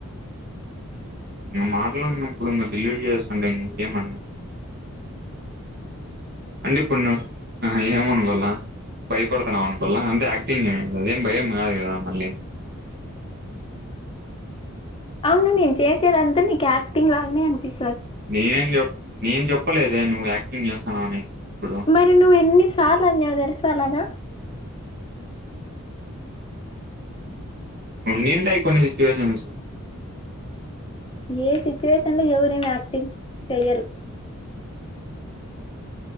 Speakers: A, on the right (about 50°); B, on the left (about 25°).
A: <unintelligible> వ్ మాట్లాడినప్పుడు అన డిలీట్ చేస్తుంటే ఇంకేం అనాలి అంటే ఇప్పుడు ఏమనుకోలా భయపడుతున్నావు అనుకోల అంటే యాక్టింగ్ ఏ అదేం భయం కాదు కదా మళ్ళీ
B: అవును నేను చేసేదంతా నీకు యాక్టింగ్ లాగానే అనిపీస్
A: నేనేం చె నేను చెప్పలేదే నువ్వు యాక్టింగ్ చేస్తాను అనేసి ఇప్పుడు
B: మరి నువ్వు ఎన్నిసార్లు అన్నావు తెలుసా అలాగ
A: ఉనింటాయి కొన్ని సిచ్యువేషన్స్
B: ఏ సిచ్యువేషన్ లో ఎవరేమి యాక్టింగ్ చెయ్యరు